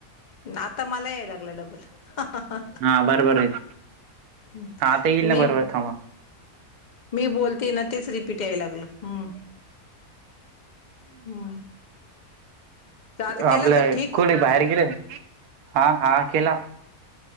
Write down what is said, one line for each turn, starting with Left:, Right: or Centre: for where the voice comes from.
Left: आता मला याय लागला डब बल
Right: हा बरोबर येत
Left: <unintelligible>
Right: हा आता येईल
Left: मी.
Right: ना बरोबर थांबा
Left: मी बोलती ना तेच रीप् पिट याय लागलं, हम्म हम्म. तर आता केला
Right: आपलं
Left: का ठीक
Right: कुठ बाहेर गेलं, हा हा केला.